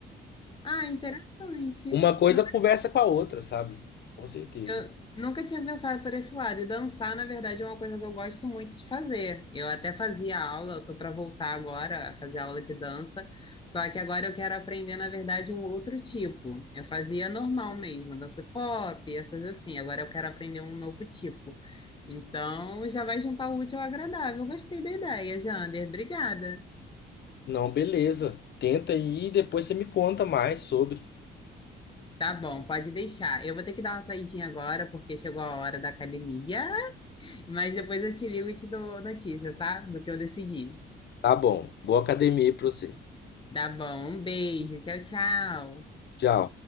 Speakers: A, on the left (about 25°); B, on the left (about 60°).
A: Ah, interessante.
B: Uma coisa
A: Nu-
B: conversa com a outra, sabe? Com certeza.
A: Eu nunca tinha pensado por esse lado. E dançar, na verdade, é uma coisa que eu gosto muito de fazer. Eu até fazia aula, eu tô para voltar agora a fazer aula de dança, só que agora eu quero aprender, na verdade, um outro tipo. Eu fazia normal mesmo, dança pop, essas assim. Agora eu quero aprender um novo tipo. Então, já vai juntar o útil ao agradável. Gostei da ideia, Jander. Obrigada.
B: Não, beleza. Tenta aí e depois você me conta mais sobre.
A: Tá bom, pode deixar. Eu vou ter que dar uma saidinha agora, porque chegou a hora da academia. Mas depois eu te ligo e te dou notícia, tá? Do que eu decidi.
B: Tá bom. Boa academia aí pra você.
A: Tá bom, um beijo, tchau, tchau.
B: Tchau.